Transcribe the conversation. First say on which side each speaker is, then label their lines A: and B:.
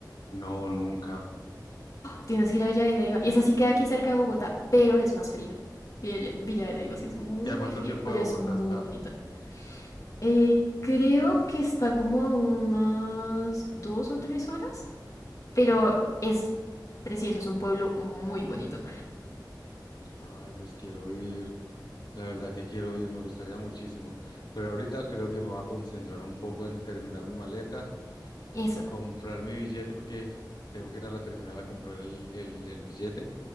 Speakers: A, on the left; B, on the left.
A: no, nunca.
B: Tienes que ir a Villa de Leyva. Y esa sí queda aquí cerca de Bogotá, pero es más fría. Villa, Villa de Leyva sí es muy
A: ¿Y a cuánto
B: fría,
A: tiempo
B: pero
A: de Bogotá
B: es muy
A: está?
B: bonita. Eh, creo que está como a unas dos o tres horas, pero es precioso, es un pueblo muy bonito.
A: Ay, pues quiero ir. La verdad que quiero ir, me gustaría muchísimo. Pero ahorita creo que me voy a concentrar un poco en terminar mi maleta,
B: Eso.
A: comprar mi billete porque tengo que ir a la terminal a comprar el, el, el billete